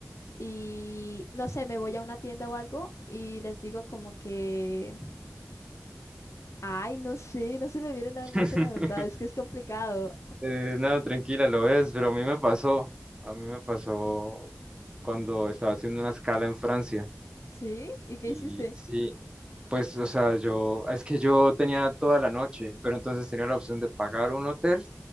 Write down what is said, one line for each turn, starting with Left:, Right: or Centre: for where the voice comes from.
Left: Y no sé, me voy a una tienda o algo y les digo como que... Ay, no sé, no se me viene nada
Right: <laughs>
Left: en mente la verdad, es que es complicado.
Right: Eh, no, tranquila, lo ves, pero a mí me pasó, a mí me pasó cuando estaba haciendo una escala en Francia.
Left: ¿Sí? ¿Y qué
Right: Y
Left: hiciste?
Right: sí, pues, o sea, yo, es que yo tenía toda la noche, pero entonces tenía la opción de pagar un hotel